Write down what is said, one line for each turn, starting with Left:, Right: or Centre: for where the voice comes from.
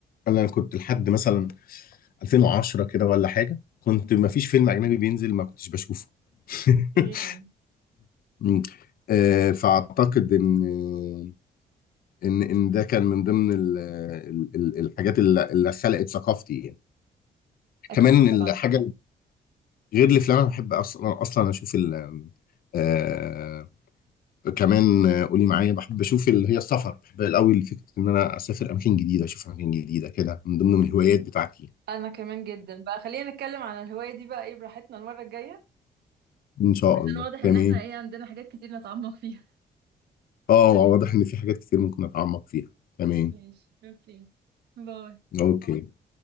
Left: انا كنت لحد مثلا 2010 كده ولا حاجه كنت ما فيش فيلم اجنبي بينزل ما كنتش بشوفه <laughs>
Right: ايه
Left: مم. أه فاعتقد ان ان ان ده كان من ضمن ال ال ال الحاجات اللي اللي خلقت ثقافتي يعني
Right: اكيد
Left: كمان الحاجه
Right: طبعا
Left: غير الافلام انا بحب اصلا اصلا اشوف ال آه، كمان آه، قولي معايا بحب اشوف اللي هي السفر بحب قوي فكره ان انا اسافر اماكن جديده اشوف اماكن جديده كده من ضمن الهوايات بتاعتي
Right: انا كمان جدا بقى خلينا نتكلم عن الهوايه دي بقى ايه براحتنا المره الجايه
Left: ان شاء
Right: عشان
Left: الله
Right: واضح
Left: تمام
Right: ان احنا ايه عندنا حاجات كتير نتعمق فيها
Left: اه واضح ان في حاجات كتير ممكن اتعمق فيها تمام
Right: ماشي اوكي باي
Left: اوكي